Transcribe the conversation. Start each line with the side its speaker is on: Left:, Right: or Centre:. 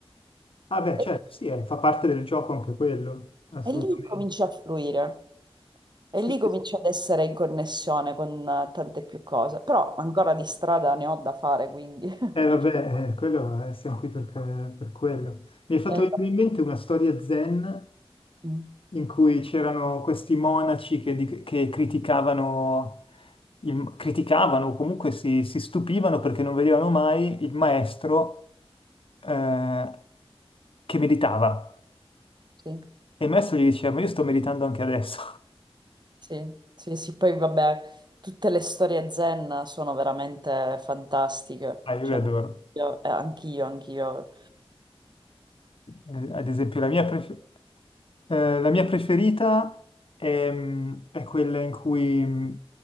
Left: Ah beh,
Right: e,
Left: certo, sì, eh, fa parte del gioco anche quello, assolutamente.
Right: e lì cominci a fluire. E
Left: Sì,
Right: lì cominci
Left: sì.
Right: ad essere in connessione con eh, tante più cose, però ancora di strada ne ho da fare, quindi. <laughs>
Left: Eh, vabbè, eh, quello, eh, siamo qui per, per quello. Mi è fatto
Right: Eh,
Left: venire in mente una storia zen
Right: mm,
Left: in cui c'erano questi monaci che, di- che criticavano, il- criticavano o comunque si, si stupivano perché non vedevano mai il maestro eh, che meditava.
Right: sì.
Left: E il maestro gli diceva, ma io sto meditando anche adesso. <laughs>
Right: Sì, sì, sì, poi vabbè, tutte le storie zen sono veramente fantastiche,
Left: Ah, io
Right: cioè,
Left: li adoro.
Right: io- eh, anch'io, anch'io.
Left: Eh, Ad esempio, la mia, prefe- eh, la mia preferita è, mm, è quella in cui, mm,